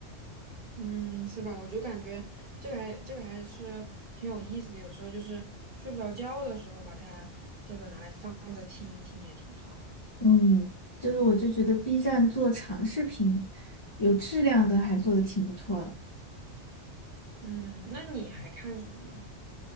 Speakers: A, on the right (about 50°); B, on the left (about 30°).
A: 嗯，是吧？我就感觉这个还这个还是挺有意思的，有时候就是睡不着觉的时候，把它这个拿来放着听一听也挺好。
B: 嗯，就是我就觉得 B 站做长视频，有质量的还做的挺不错的。
A: 嗯，那你还看什么呢？